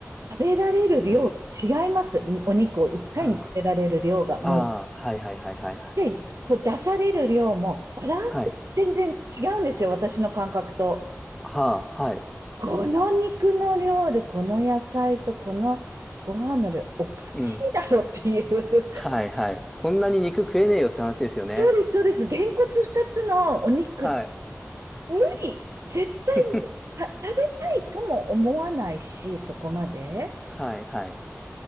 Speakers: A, on the right (about 70°); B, in the centre.
A: 食べられる量が違います。
B: うん
A: お肉を1回に食べられる量が、
B: ああ、
A: もう
B: ああはいはいはいはいはい。
A: やっぱりこう出される量もバランス全然違うんですよ、
B: はい。
A: 私の感覚と。
B: はあ、はい。
A: この肉の量で、この野菜とこのご飯の量、おかしいだろっていう。
B: うん。
A: <laughs>
B: はいはい。こんなに肉食えねえよって話ですよね。
A: そうです、そうです。げんこつ2つのお肉、
B: はい。
A: 無理。絶対無理た食べたいとも思わないし、
B: <laughs>
A: そこまで。
B: はいはい。